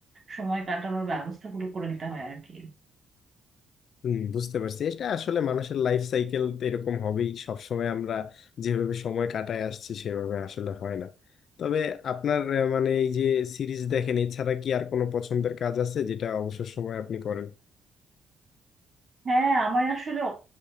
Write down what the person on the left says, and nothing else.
হম বুঝতে পারছি এটা আসলে মানুষের লাইফ সাইকেল এরকম হবেই সবসময় আমরা যেভাবে সময় কাটায় আসছি সেভাবে আসলে হয় না তবে আপনার আহ, মানে এই যে সিরিজ দেখেন এছাড়া কি আর কোনো পছন্দের কাজ আছে যেটা অবসর সময় আপনি করেন